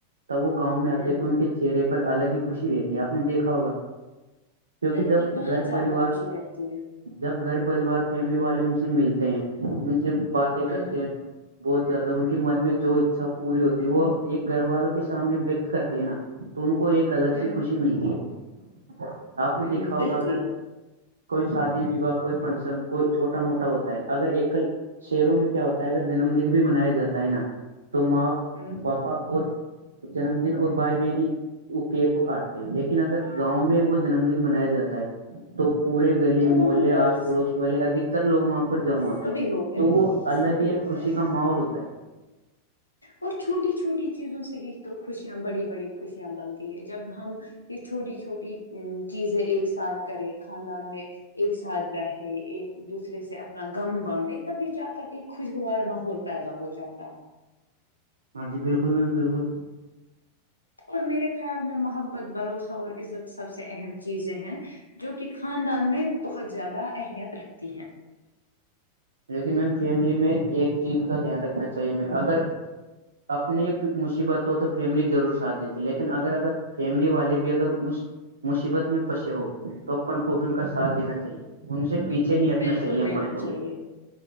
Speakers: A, on the right; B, on the left.
A: تب وہ گاؤں میں آتے
B: ہوں
A: تو ان کے چہرے پر الگ ہی خوشی رہتی ہے آپ نے دیکھا ہوگا کیونکہ
B: بالکل
A: جب
B: بہت
A: گھر
B: زیادہ
A: پریوار
B: خوشی رہتی ہے
A: جب گھر پریوار فیملی والے ان سے ملتے ہیں ان سے باتیں
B: ہوں
A: کرتے ہیں بہت زیادہ ان کی من میں جو اچھا پوری ہوتی ہے وہ ایک گھر والوں کے سامنے ویکت کرتی ہے نا تو ان کو ایک الگ
B: ہوں
A: سی خوشی ملتی ہے آپ نے
B: ہوں
A: دیکھا
B: بالکل
A: ہوگا اگر کوئی شادی وواہ کوئی فنکشن کوئی چھوٹا موٹا ہوتا ہے اگر ایک کل شہروں میں کیا ہوتا ہے اگر جنم دن بھی منایا جاتا ہے نا تو ماں
B: ہوں
A: پاپا اور جنم دن اور بھائی بہنی کو کیک کو کاٹ لیکن اگر گاؤں میں وہ جنم دن منایا جاتا ہے تو پورے گلی
B: تو
A: مہے
B: وہاں پر
A: آس پڑوس والے ادکتر لوگ وہاں پر جمع
B: سبھی
A: ہوتے ہیں تو
B: ہیں
A: وہ الگ
B: سبھی
A: ہی
B: ہوتا
A: ایک خوشی
B: ہے
A: کا ماحول ہوتا ہے
B: اور چھوٹی چھوٹی چیزوں سے ہی تو خوشیاں بڑی بڑی خوشیاں بنتی ہے جب ہم یہ چھوٹی چھوٹی چیزیں ایک ساتھ کرے خاندان میں ایک ساتھ بیٹھے ایک دوسرے سے اپنا گغم بانٹے تبھی جا کر ایک خوشگوار ماحول پیدا ہو جاتا ہے
A: ہاں جی بالکل میم بالکل
B: اور میرے خیال میں محبت بھروسہ اور عزت سب سے اہم چیزیں ہیں جو کہ خاندان میں بہت زیادہ اہمیت رکھتی ہیں
A: لیکن میم فیملی میں ایک چیز کا دھیان رکھنا چاہیے میں اگر اپنی مصیبت ہو تو فیملی ضرور ساتھ دیتے لیکن اگر اگر فیملی والے بھی اگر اس مصیبت میں پھسے ہو توپن کو بھی ان کا ساتھ دینا چاہیے ان سے پیچھے نہیں ہٹنا
B: بالکل
A: چاہیے
B: دینا
A: ہمن
B: چاہیے
A: بول